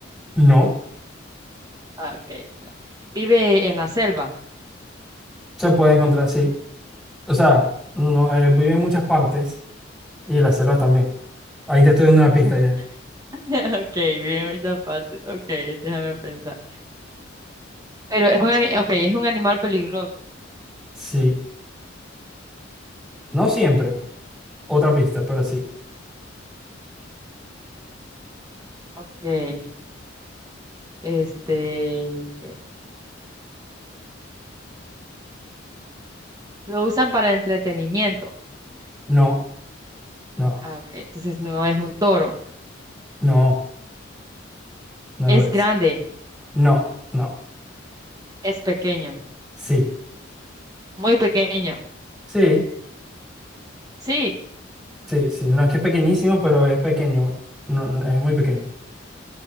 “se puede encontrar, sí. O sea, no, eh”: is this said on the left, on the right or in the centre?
Centre